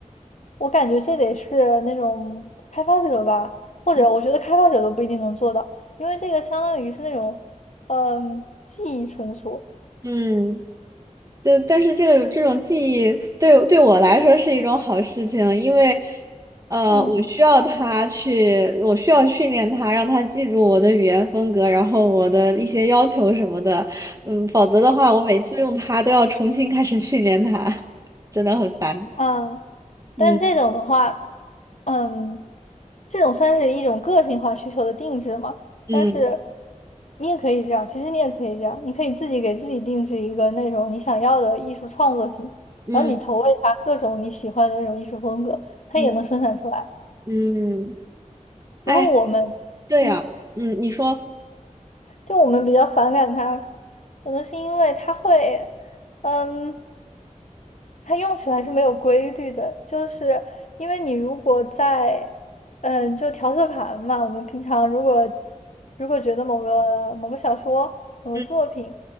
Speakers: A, on the left; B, on the right.
A: 我感觉这得是那种开发者吧，或者我觉得开发者都不一定能做到，
B: 嗯
A: 因为这个相当于是那种，嗯，记忆存储，
B: 嗯。对，但是这种这种记忆对对我来说是一种好事情，因为，呃，
A: 嗯，
B: 我需要它去，我需要训练它，让它记住我的语言风格，然后我的一些要求什么的，嗯，否则的话，我每次用它都要重新开始训练它，<laughs> 真的很烦。
A: 嗯，
B: 嗯
A: 但这种的话，嗯，这种算是一种个性化需求的定制嘛，
B: 嗯
A: 但是你也可以这样，其实你也可以这样，你可以自己给自己定制一个那种你想要的艺术创作型，
B: 嗯
A: 然后你投喂它各种你喜欢的那种艺术风格，它也能生产出来。
B: 嗯嗯，
A: 不过我们。
B: 哎，对呀，
A: 嗯。
B: 嗯，你说，
A: 就我们比较反感它，可能是因为它会，嗯，它用起来是没有规律的，就是因为你如果在，嗯，就调色盘嘛，我们平常如果如果觉得某个某个小说、某个作品，
B: 嗯